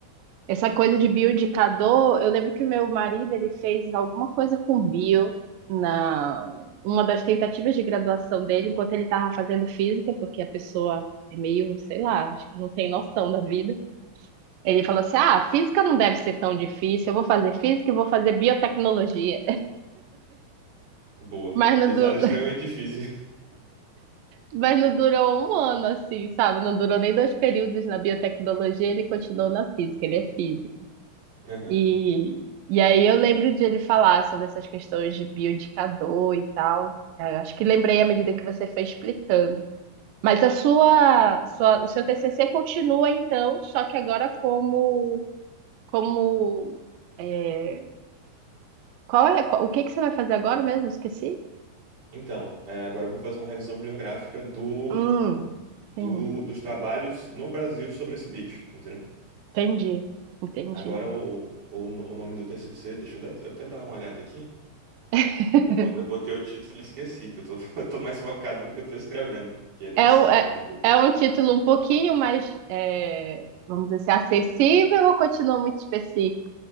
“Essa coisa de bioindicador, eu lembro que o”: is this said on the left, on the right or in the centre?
Right